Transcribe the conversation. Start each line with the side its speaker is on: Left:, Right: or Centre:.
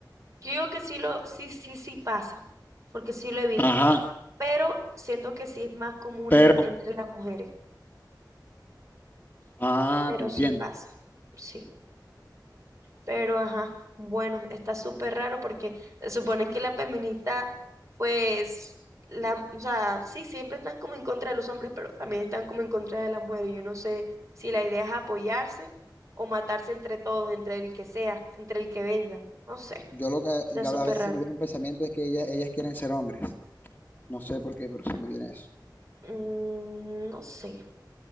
Right: Yo digo que sí lo, sí, sí, sí pasa, porque sí lo he visto.
Left: Ajá,
Right: pero siento que sí es más común
Left: pero
Right: en- entre las mujeres,
Left: Ah,
Right: pero
Left: te entiendo.
Right: sí pasa, sí. Pero ajá, bueno, está súper raro porque se supone que la feminista, pues, la, o sea, sí, siempre están como en contra de los hombres, pero también están como en contra de las mujeres. Yo no sé si la idea es apoyarse o matarse entre todos, entre el que sea, entre el que venga, no sé,
Left: Yo lo que,
Right: está
Left: yo
Right: súper
Left: a veces
Right: raro.
Left: se me viene un pensamiento es que ellas, ellas quieren ser hombres. No sé por qué, pero se me viene eso.
Right: Mm, no sé,